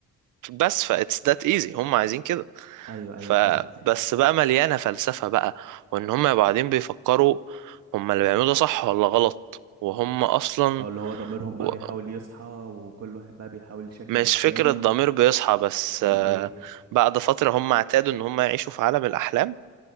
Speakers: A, on the right; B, on the right.
A: بس فا it's that easy هم عايزين كده
B: <laughs> ايوه ايوه
A: فبس
B: فهمتك
A: بقى مليانة فلسفة بقى وإن هم يبقوا قاعدين بيفكروا هم اللي بيعملوه ده صح ولا غلط وهم أصلا
B: او اللي هو ضميرهم بقى
A: و...
B: بيحاول يصحى وكل واحد بقى بيحاول يشجع
A: مش
B: التاني
A: فكرة ضمير بيصحى بس
B: امال
A: آه،
B: ايه
A: بعد فترة هم اعتادوا إن هم يعيشوا في عالم الأحلام